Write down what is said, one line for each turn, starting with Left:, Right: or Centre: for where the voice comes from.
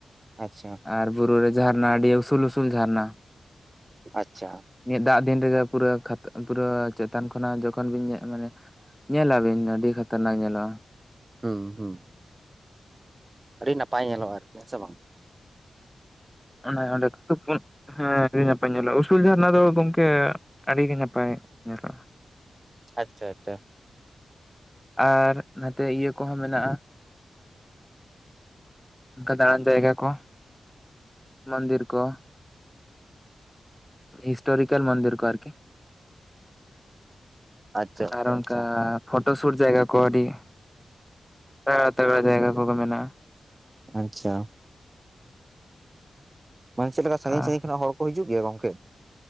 Right: ᱟᱪᱷᱟ
Centre: ᱟᱨ ᱵᱩᱨᱩ ᱨᱮ ᱡᱷᱟᱨᱱᱟ ᱟᱹᱰᱤ ᱩᱥᱩᱞ ᱩᱥᱩᱞ ᱡᱷᱟᱨᱱᱟ
Right: ᱟᱪᱷᱟ
Centre: ᱱᱤᱭᱟᱹ ᱫᱟᱜ ᱫᱤᱱ ᱨᱮᱜᱮ ᱯᱩᱨᱟᱹᱣ ᱠᱷᱟᱛᱟ ᱯᱩᱨᱟᱹᱣ ᱪᱮᱛᱟᱱ ᱠᱷᱚᱱᱟᱜ ᱡᱚᱠᱷᱚᱱ ᱵᱤᱱ ᱧᱮᱞ ᱢᱟᱱᱮ ᱧᱮᱞᱟ ᱵᱤᱱ ᱟᱹᱰᱤ ᱠᱷᱟᱛᱚᱨᱱᱟᱠ ᱧᱮᱞᱚᱜ-ᱟ
Right: ᱦᱩᱸ ᱦᱩᱸ ᱟᱹᱰᱤ ᱱᱟᱯᱟᱭ ᱧᱮᱞᱚᱜ-ᱟ ᱟᱨᱠᱤ ᱦᱮᱸ ᱥᱮ ᱵᱟᱝ?
Centre: ᱚᱱᱮ ᱚᱸᱰᱮ <unintelligible> ᱦᱮᱸ ᱟᱹᱰᱤ ᱱᱟᱯᱟᱭ ᱧᱮᱞᱚᱜ-ᱟ ᱩᱥᱩᱞ ᱡᱷᱟᱨᱱᱟ ᱫᱚ ᱜᱚᱝᱠᱮ ᱟᱹᱰᱤ ᱜᱮ ᱱᱟᱯᱟᱭ ᱧᱮᱞᱚᱜ-ᱟ
Right: ᱟᱪᱪᱷᱟ ᱟᱪᱪᱷᱟ
Centre: ᱟᱨ ᱱᱟᱛᱮ ᱤᱭᱟᱹ ᱠᱚᱦᱚᱸ ᱢᱮᱱᱟᱜ-ᱟ ᱫᱟᱲᱟᱱ ᱡᱟᱭᱜᱟ ᱠᱚ ᱢᱟ. ᱱᱫᱤᱨ ᱠᱚ ᱦᱤᱥᱴᱳᱨᱤᱠᱟᱞ ᱢᱟ. ᱱᱫᱤᱨ ᱠᱚ ᱟᱨ ᱠᱤ
Right: ᱟᱪᱪᱷᱟ
Centre: ᱟᱨ ᱚᱱᱠᱟ
Right: ᱟᱪᱪᱷᱟ
Centre: ᱯᱷᱳᱴᱳ ᱥᱩᱴ ᱡᱟᱭᱜᱟ ᱠᱚ ᱟᱹᱰᱤ ᱛᱟᱜᱟᱲᱟ ᱛᱟᱜᱟᱲᱟ ᱡᱟᱭᱜᱟ ᱠᱚ ᱢᱮᱱᱟᱜ-ᱟ
Right: ᱟᱪᱷᱟ ᱢᱟᱱ ᱪᱮᱫ ᱞᱮᱠᱟ ᱥᱟᱺᱜᱤᱧ
Centre: ᱟᱨ
Right: ᱥᱟᱺᱜᱤᱧ ᱠᱷᱚᱱᱟᱜ ᱦᱚᱲ ᱠᱚ ᱦᱤᱡᱩᱜ ᱜᱮᱭᱟ ᱜᱚᱝᱠᱮ?